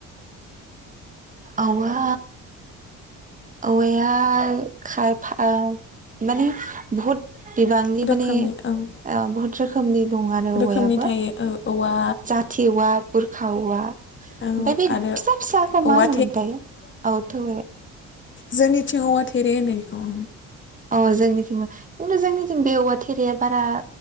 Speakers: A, on the right; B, on the left.
A: औवा औवाया खाइफा माने बुहुत बिबांनि
B: रोखोमनि
A: माने
B: ओं
A: बुहुत रोखोमनि दं आरो
B: रोखोमनि
A: औवायाबो
B: थायो ओ औवा
A: जाथि औवा बुरखा औवा ओमफ्राय
B: औ
A: बे
B: आरो
A: फिसा फिसाखौ
B: औवा
A: मा होनोमोनथाय औ थौये
B: जोंनिनिथिं औवा थेरे होनो इखौ।
A: अ जोंनिथिंबो खिन्थु जोंनिथिम बे औवा थेरेया बारा